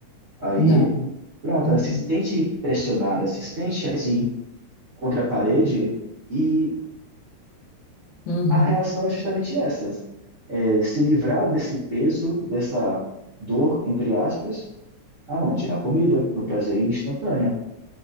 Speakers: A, on the right; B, on the left.
A: Aí,
B: Não.
A: pronto,
B: Uhum.
A: ela se sente pressionada, se sente assim, contra a parede, e
B: Uhum.
A: a reação é justamente essa: é se livrar desse peso, dessa dor, entre aspas, aonde? Na comida, no prazer instantâneo.